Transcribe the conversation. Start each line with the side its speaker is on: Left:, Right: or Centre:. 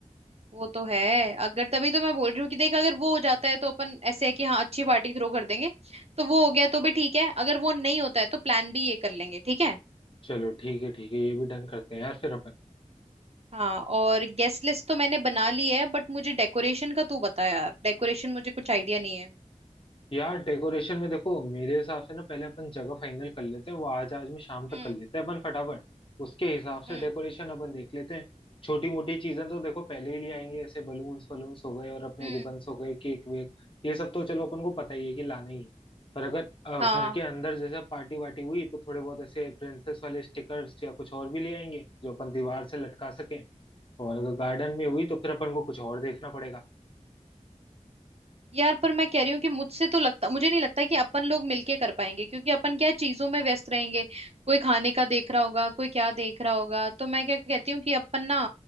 Right: वो तो है अगर तभी तो मैं बोल रही हूँ कि देख अगर वो हो जाता है तो अपन ऐसे है कि हाँ अच्छी पार्टी थ्रो कर देंगे तो वो हो गया तो भी ठीक है अगर वो नहीं होता है तो प्लान भी ये कर लेंगे ठीक है
Left: चलो ठीक है ठीक है ये भी डन करते हैं यार फिर अपन
Right: हाँ और गेस्ट लिस्ट तो मैंने बना ली है बट मुझे डेकोरेशन का तू बता यार डेकोरेशन मुझे कुछ आइडिया नहीं है
Left: यार डेकोरेशन में देखो मेरे हिसाब से ना पहले अपन जगह फाइनल कर लेते हैं वो आज आज में शाम तक
Right: हम्म
Left: कर लेते हैं अपन फटाफट उसके हिसाब से
Right: हम्म
Left: डेकोरेशन अपन देख लेते हैं छोटी मोटी चीजें तो देखो पहले ही ले आएंगे ऐसे बलून्स वलून्स हो गए और अपने
Right: हम्म
Left: रिबन्स हो गए केक वेक ये सब तो चलो अपन को पता ही है कि लाना ही है पर अगर अ,
Right: हाँ
Left: घर के अंदर जैसे पार्टी वार्टी हुई तो थोड़े बहुत ऐसे प्रिंसेस वाले स्टिकर्स या कुछ और भी ले आएंगे जो अपन दीवार से लटका सकें और अगर गार्डन में हुई तो फिर अपन को कुछ और देखना पड़ेगा
Right: यार पर मैं कह रही हूँ कि मुझसे तो लगता मुझे नहीं लगता कि अपन लोग मिलके कर पाएंगे क्योंकि अपन क्या है, चीजों में व्यस्त रहेंगे कोई खाने का देख रहा होगा कोई क्या देख रहा होगा तो मैं क्या कहती हूँ कि अपन ना